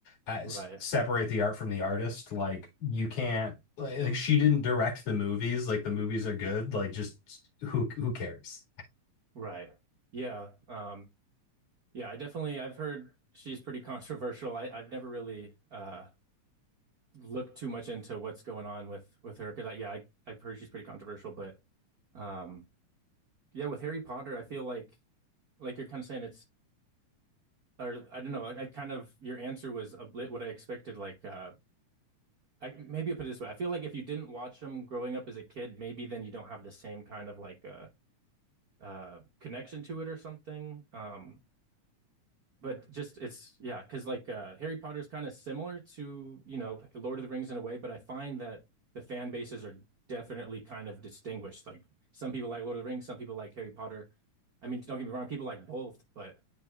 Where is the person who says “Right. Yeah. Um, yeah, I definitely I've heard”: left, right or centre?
Right